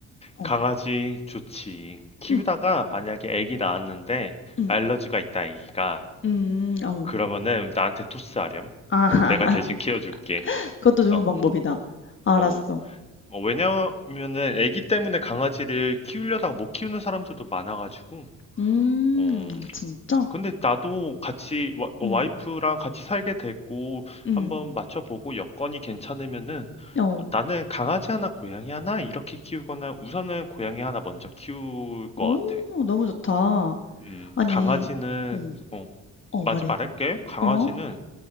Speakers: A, on the left (about 40°); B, on the left (about 20°).
A: 어.
B: 강아지 좋지. 키우다가
A: 응,
B: 만약에 아기 낳았는데
A: 응,
B: 알러지가 있다 아기가
A: 음, 어.
B: 그러면은 나한테 토스하렴.
A: 아,
B: 내가 대신
A: <laughs>
B: 키워줄게.
A: 그것도 좋은
B: 어,
A: 방법이다. 알았어.
B: 어. 어, 왜냐면은 아기 때문에 강아지를 키우려다가 못 키우는 사람들도 많아가지고.
A: 음,
B: 어,
A: 진짜?
B: 근데 나도 같이 와, 어,
A: 응,
B: 와이프랑 같이 살게 됐고
A: 응,
B: 한번 맞춰보고 여건이 괜찮으면은
A: 어.
B: 나는 강아지 하나 고양이 하나 이렇게 키우거나 우선은 고양이 하나 먼저 키울 것
A: 오,
B: 같아.
A: 너무 좋다.
B: 음,
A: 아니,
B: 강아지는,
A: 어,
B: 어,
A: 어,
B: 맞아
A: 말해.
B: 말할게. 강아지는,
A: 어?